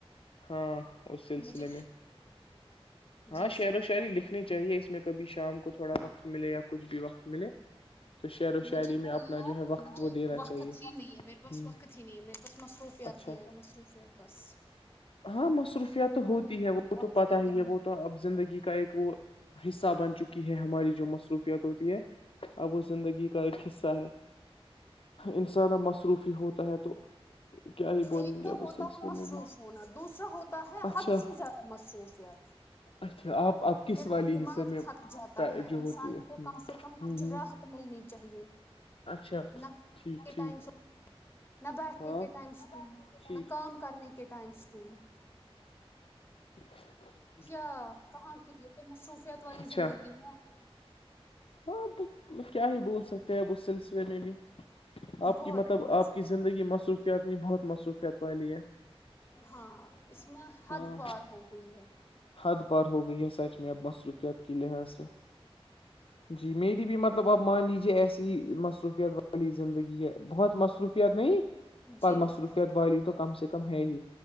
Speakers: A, on the left (about 60°); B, on the left (about 20°).
A: ہاں اس سلسلے
B: مجھے
A: میں ہاں
B: جی
A: شعر
B: صحیح
A: و شاعری
B: جواب
A: لکھنی چاہیے اس میں کبھی شام کو تھوڑا وقت ملے یا کچھ بھی وقت ملے تو شعر و
B: مجھے
A: شاعری
B: بولیے
A: میں اپنا جو
B: آپ
A: ہے وقت
B: مجھے
A: وہ دینا
B: وقت
A: چاہیے
B: ہی نہیں ہے میرے پاس
A: ہ
B: وقت ہی نہیں ہے میرے پاس مصروفیات
A: اچھا
B: تھی ہے مصروفیت بس
A: ہاں مصروفیات تو ہوتی
B: کمی
A: ہے وہ
B: وقت
A: تو پتہ
B: کی
A: ہی
B: کمی
A: ہے وہ تو اب زندگی کا ایک وہ حصہ بن چکی ہے ہماری جو مصروفیا ت ہوتی ہے اب اس زندگی کا ایک حصہ ہے انسان اب مصروفی ہوتا ہے تو کیا ہی بولیں
B: ایک
A: گے
B: تو
A: اب
B: ہوتا
A: اس سلسلے
B: ہے مصروف
A: میں بھی
B: ہونا دوسرا ہوتا ہے
A: اچھا
B: حد سے زیادہ مصروفیات
A: اچھا آپ آپ کس
B: میرا
A: والی
B: دماغ
A: حصے میں
B: تھک جاتا ہے
A: جو
B: انسان
A: ہوتی ہے
B: کو
A: ہ
B: کم سے کم
A: ہ
B: کچھ راہ ملنی چاہیے
A: اچھا
B: نہ
A: ٹھیک
B: کے
A: ٹھیک
B: ٹائم سکون نہ بیٹھنے
A: ہاں
B: کے ٹائم سکون
A: ٹھیک
B: نہ کام کرنے کے ٹائم سکون
A: <inaudible>
B: کیا کہاں کی یہ مصروفیات والی
A: اچھا
B: زندگی ہے
A: ہاں کیا ہی بول سکتے ہیں اب اس سلسلے میں بھی آپ
B: بہت
A: کی مطلب
B: بہت
A: آپ کی زندگی مصر و فیات نہیں بہت مصروفیات والی ہے
B: ہاں اس میں حد
A: ہاں
B: پار ہو گئی ہے
A: حد پار ہوگئی یہ سچ میں اب بس ت کی لحاظ سے جی میری بھی مطلب آپ مان لیجے ایسے جی مصروفیات والی زندگی ہے بہت مصروفیات نہیں
B: جی
A: پر مصروفیت والی تو کم سے کم ہے ہی